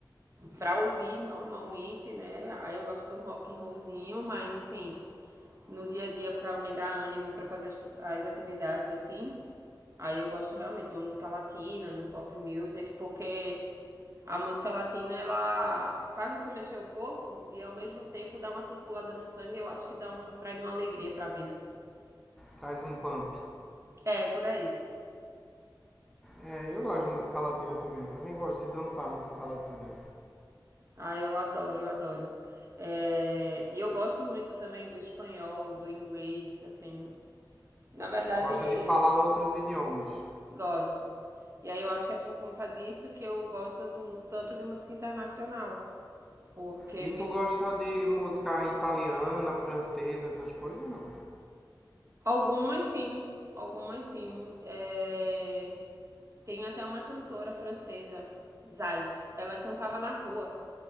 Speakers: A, on the right; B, in the centre.
A: pra ouvir normalmente, né? Aí eu gosto do rock and rollzinho, mas assim, no dia a dia pra me dar ânimo pra fazer as, as atividades assim, aí eu gosto realmente de uma música latina, de um pop music, porque a música latina ela faz você mexer o corpo e ao mesmo tempo dá uma circulada no sangue, eu acho que dá um traz uma alegria pra vida.
B: Traz um pump.
A: É, por aí.
B: É, eu gosto de música latina também. também gosto de dançar música latina.
A: Ah, eu adoro, eu adoro. É, E eu gosto muito também do espanhol, do inglês, assim. Na verdade,
B: Tu gosta de falar outros idiomas.
A: gosto. E aí eu acho que é por conta disso que eu gosto mu- tanto de música internacional. Porque
B: E
A: me...
B: tu gosta de música italiana, francesa, essas coisas, não?
A: algumas sim, algumas sim. É, Tem até uma cantora francesa, Zais. Ela cantava na rua.